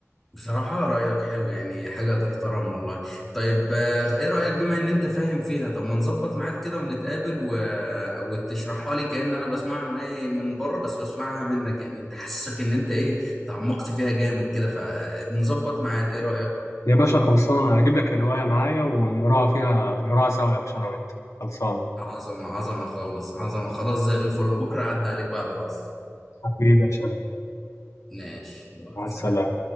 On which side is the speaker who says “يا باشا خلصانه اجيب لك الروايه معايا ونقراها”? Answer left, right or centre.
Left